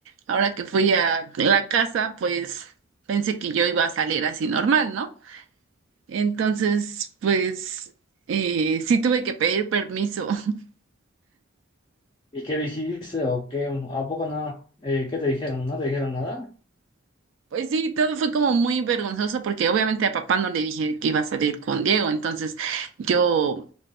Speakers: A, on the right (about 65°); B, on the left (about 25°).
A: Ahora que fui a la casa, pues pensé que yo iba a salir así normal, ¿no? Entonces, pues eh, sí tuve que pedir permiso. <laughs>
B: ¿Y qué dijiste o qué? ¿A poco no? Eh, ¿qué te dijeron? ¿No te dijeron nada?
A: Pues sí, todo fue como muy vergonzoso porque obviamente a papá no le dije que iba a salir con Diego, entonces yo